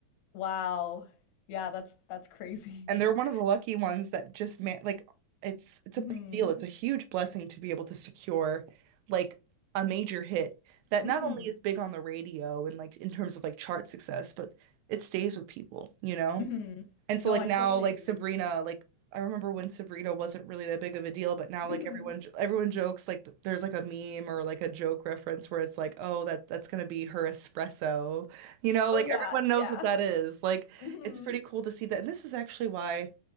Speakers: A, on the left; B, on the right.
A: wow. Yeah, that's that's crazy.
B: And they're
A: <laughs>
B: one of the lucky ones that just man like it's it's
A: Mhm.
B: a big deal. It's a huge blessing to be able to secure like a major hit that
A: Mhm.
B: not only is big on the radio and like in terms of like chart success, but it stays with people, you know?
A: Mhm.
B: And so
A: No,
B: like
A: I
B: now
A: totally
B: like
A: agree.
B: Sabrina like I remember when Sabrina wasn't really that big of a deal, but now
A: Mhm.
B: like everyone everyone jokes like th- there's like a meme or like a joke reference where it's like, "Oh, that that's going to be her espresso." You know, like
A: Oh yeah,
B: everyone knows
A: yeah.
B: what that is. Like
A: Mhm.
B: it's pretty cool to see that. And this is actually why